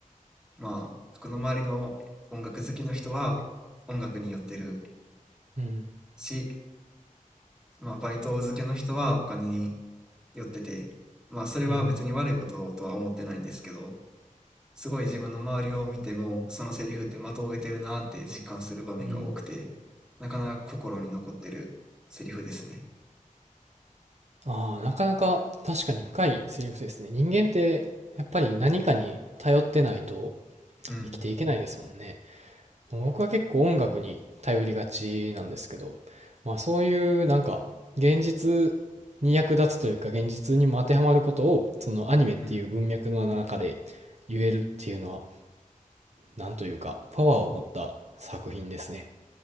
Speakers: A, in the centre; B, on the right.
A: まあ、僕の周りの音楽好きの人は音楽に寄ってる
B: うん。
A: し、まあ、バイト漬けの人はお金に寄ってて、まあ、それは別に悪いこととは思ってないんですけど、
B: うん。
A: すごい自分の周りを見ても、そのセリフって的を得てるなって実感する場面が多くて、
B: うん。
A: なかなか心に残ってるセリフですね。
B: ああ、なかなか確かに深いセリフですね。人間ってやっぱり何かに頼ってないと
A: うん。
B: 生きていけないですもんね。僕は結構音楽に頼りがちなんですけど、まあそういうなんか現実に役立つというか現実にも当てはまることをそのアニメっていう文脈の中で
A: うん、
B: 言えるっていうのはなんというかパワーを持った作品ですね。